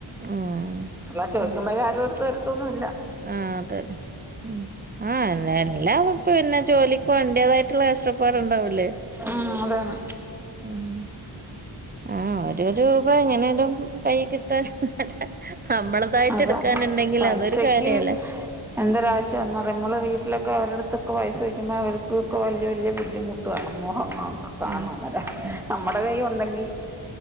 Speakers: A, on the right; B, in the centre.
A: ആഹ്
B: അല്ലാതെ ചോദിക്കുമ്പഴ്
A: ഉം
B: ആരും എടുത്ത് തരത്തൊന്നുമില്ല
A: ആഹ് അതെ മ്ഹ് ആഹ് എല്ലാ എല്ലാടത്തും എല്ലാ ജോലിക്കും അതിന്റെതായിട്ടുള്ള കഷ്ടപ്പാടു ഉണ്ടാവൂലേ
B: ഉം അതാണ്
A: മ്ഹ് ആഹ് ഒരു രൂപ എങ്ങനേലും കൈയി കിട്ടാൻ നമ്മളതായിട്ട്
B: അതാ
A: എടുക്കാനുണ്ടെങ്കിൽ
B: പൈസക്ക്
A: അതൊരു കാര്യല്ലേ
B: എന്തൊരാവശ്യം വന്നാ പറയും നമ്മള് വീട്ടിലൊക്കെ അവരെടുത്തൊക്കെ പൈസ ചോയ്ക്കുമ്പോ അവർക്ക്ക്കെ വലിയ വലിയ ബുദ്ധിമു <unintelligible> ആണ് മൊഹങ്ങളൊക്കെ കാണണം
A: ഉം
B: അന്നേരം
A: ഉം
B: നമ്മടെ കൈയി ഒണ്ടെങ്കി